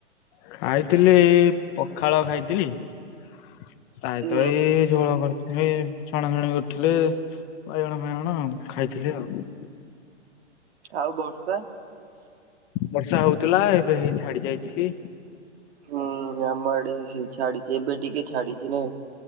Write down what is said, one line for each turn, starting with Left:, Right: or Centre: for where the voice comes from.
Left: ଖାଇଥିଲି ଏଇ ପଖାଳ ଖାଇଥିଲି। ତା ସହିତ
Right: ଉଁ
Left: ଏଇ ଝୋଳ କରିଚୁ। ଏଇ ଛଣା ଛଣି କରିଥିଲେ ବାଇଗଣ ଫାଇଗଣ ଆଉ ଖାଇଥିଲି ଆଉ।
Right: ଆଉ ବର୍ଷା?
Left: ବର୍ଷା ହୋଉଥିଲା ଏବେ ହେଇ ଛାଡି ଯାଇଛି ବି।
Right: ହୁଁ ଆମ ଆଡେ ବି ସେଇ ଛାଡିଚି ଏବେ ଟିକେ ଛାଡିଚି ନା।